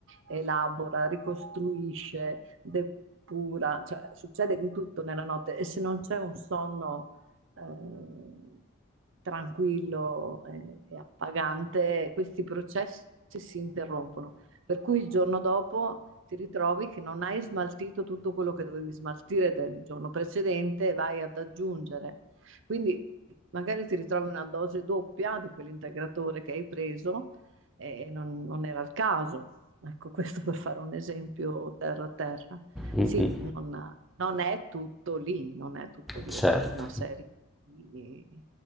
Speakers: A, on the right; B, in the centre.
A: elabora, ricostruisce, depura, cioè succede di tutto nella notte e se non c'è un sonno eh, tranquillo e e appagante, questi processi si interrompono per cui il giorno dopo ti ritrovi che non hai smaltito tutto quello che dovevi smaltire del giorno precedente e vai ad aggiungere. Quindi magari ti ritrovi una dose doppia di quell'integratore che hai preso e non, non era il caso. Ecco, <laughs> questo per fare un esempio terra a terra.
B: Mm,
A: Sì,
B: mm.
A: non, non è tutto lì, non è tutto lì,
B: Certo,
A: è tutta una serie di